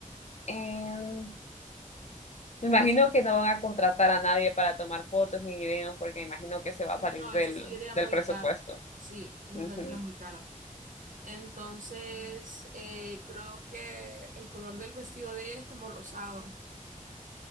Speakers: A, on the left (about 55°); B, on the right (about 70°).
A: Em, Me imagino que no van a contratar a nadie para tomar fotos ni videos porque imagino que se va
B: No,
A: a salir del,
B: eso saldría
A: del
B: muy
A: presupuesto.
B: caro. Sí, eso
A: Ujú.
B: saldría muy caro. Entonces, eh, creo que el color del vestido de ella es como rosado.